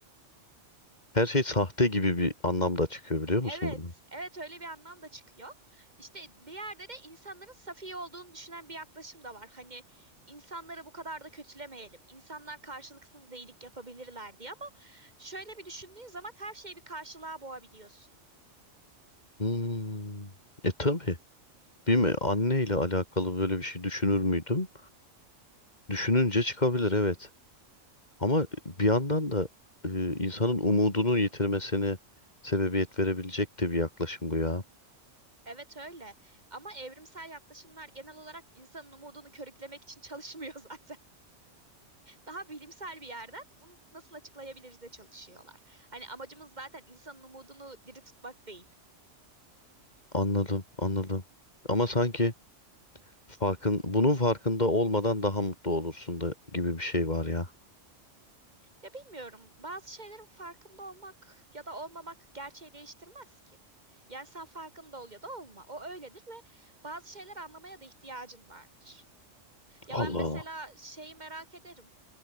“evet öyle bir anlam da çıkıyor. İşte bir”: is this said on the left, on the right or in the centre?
Right